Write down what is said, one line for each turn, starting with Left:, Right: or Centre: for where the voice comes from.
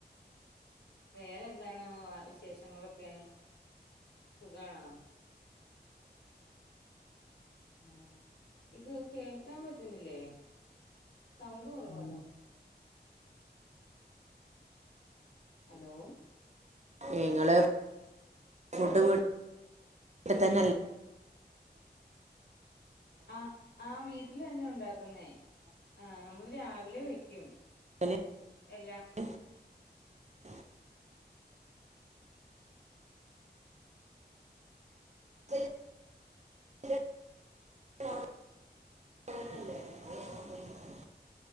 Left: വേറെന്താണ് വാ വിശേഷങ്ങളൊക്കെ സുഖാണോ ആഹ ഇത് കേൾക്കാ പറ്റുന്നില്ലേ സൗണ്ട് കൊറവാലോ ഹലോ
Right: നിങ്ങള് ഫുഡ് വിട്ട് തന്നെല്ലേ
Left: ആഹ് ആഹ് വീട്ടിൽ തന്നെ ഉണ്ടാക്കുന്നേ ആഹ് നമ്മൾ രാവിലെ വെക്കും
Right: ഉണ്ടാക്കല്
Left: എല്ലാം
Right: <inaudible> <inaudible> ല്ലേ <inaudible>